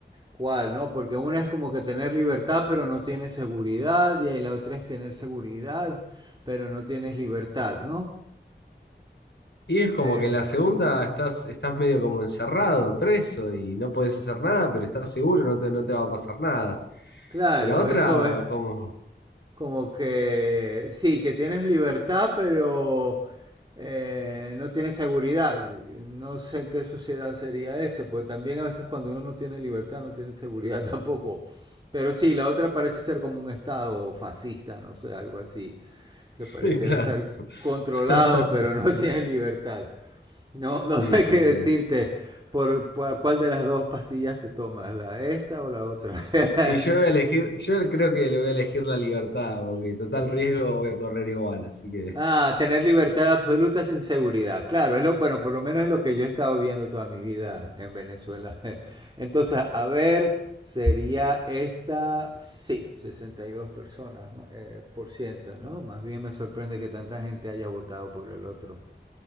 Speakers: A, on the right (about 25°); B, on the left (about 70°).
A: cuál, ¿no? Porque una es como que tener libertad, pero no tienes seguridad, y ahí la otra es tener seguridad, pero no tienes libertad, ¿no?
B: Y es como
A: Eh,
B: que en la segunda estás, estás medio como encerrado, preso, y no puedes hacer nada, pero estás seguro, no te, no te va a pasar nada.
A: Claro,
B: Y la otra,
A: eso es,
B: como...
A: Como que sí, que tienes libertad, pero eh, no tienes seguridad. No sé en qué sociedad sería ese, porque también a veces cuando uno no tiene libertad, no tiene seguridad <laughs> tampoco. Pero sí, la otra parece ser como un estado fascista, no sé, algo así, que pareciera
B: <laughs> Claro.
A: estar controlado,
B: <laughs>
A: pero no <laughs> tiene libertad. No, no
B: Sí,
A: sé
B: sí,
A: qué
B: sí.
A: decirte por, por cuál de las dos pastillas te tomas, la esta o la otra. <laughs>
B: Y yo voy a elegir, yo creo que le voy a elegir la libertad, porque total riesgo voy a correr igual, así que
A: Ah, tener libertad absoluta sin seguridad. Claro, es lo, bueno, por lo menos es lo que yo he estado viendo toda mi vida en Venezuela. <laughs> Entonces, a ver, sería esta, sí, 62 personas ma- eh, por ciento, ¿no? Más bien me sorprende que tanta gente haya votado por el otro.